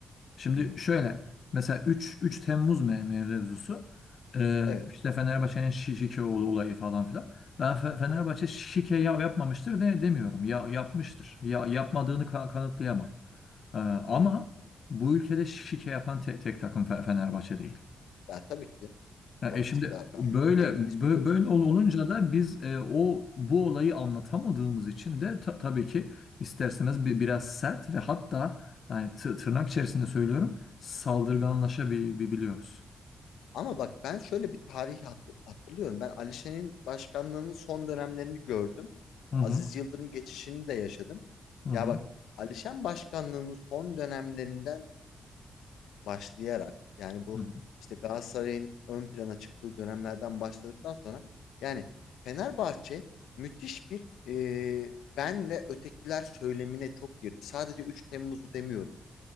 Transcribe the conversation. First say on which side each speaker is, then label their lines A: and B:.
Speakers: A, on the left; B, on the left.
A: Şimdi
B: Hı,
A: şöyle mesela 3 3 Temmuz me- mevzusu Ee,
B: Evet.
A: işte Fenerbahçe'nin Şi- Şikeoğlu olayı falan filan. Ben Fe-
B: Hı
A: Fenerbahçe
B: hı,
A: şike ya- yapmamıştır de demiyorum. Ya yapmıştır. Ya yapmadığını ka- kanıtlayamam. Ee, ama
B: evet.
A: bu ülkede şike yapan te- tek takım Fe- Fenerbahçe değil.
B: Ya tabii ki de
A: Ya,
B: orası
A: e şimdi
B: ga- gayet
A: böyle
B: hepimiz
A: bö-
B: biliyoruz.
A: böyle ol- olunca
B: Komik yani.
A: da biz e, o bu olayı anlatamadığımız için de ta- tabii ki isterseniz bi- biraz sert ve hatta yani tı- tırnak içerisinde söylüyorum saldırganlaşabiliyoruz.
B: Hı hı. Ama bak ben şöyle bir tarih hat- hatırlıyorum. Ben Alişan'ın başkanlığının son dönemlerini gördüm.
A: Hı
B: Aziz
A: hı.
B: Yıldırım geçişini de yaşadım.
A: Hı hı.
B: Ya bak Alişan başkanlığının son dönemlerinden başlayarak yani bu
A: Hı hı.
B: işte Galatasaray'ın ön plana çıktığı dönemlerden başladıktan sonra yani Fenerbahçe müthiş bir e, ben ve ötekiler söylemine çok girdi. Sadece 3 Temmuz'u demiyorum.